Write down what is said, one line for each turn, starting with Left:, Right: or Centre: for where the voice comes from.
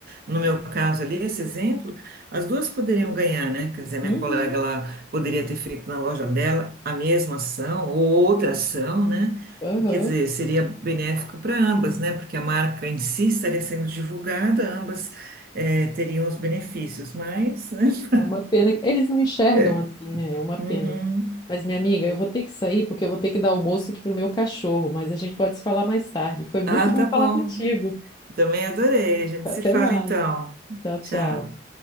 Right: no meu caso ali, esse exemplo, as duas poderiam ganhar, né? Quer dizer, a minha
Left: Uhum,
Right: colega, ela poderia ter feito na loja dela a mesma ação ou outra ação, né?
Left: aham.
Right: E quer dizer, seria benéfico para ambas, né? Porque a marca em si estaria sendo divulgada, ambas, eh, teriam os benefícios, mas, né? <laughs>
Left: É uma pena. que- Eles não enxergam
Right: É.
Left: assim, né? É uma pena.
Right: Uhum.
Left: Mas, minha amiga, eu vou ter que sair porque eu vou ter que dar almoço aqui pro meu cachorro, mas a gente pode se falar mais tarde. Foi muito
Right: Ah,
Left: bom
Right: tá
Left: falar
Right: bom.
Left: contigo.
Right: Também adorei. A gente
Left: Até
Right: se fala
Left: mais.
Right: então.
Left: Tchau, tchau.
Right: Tchau.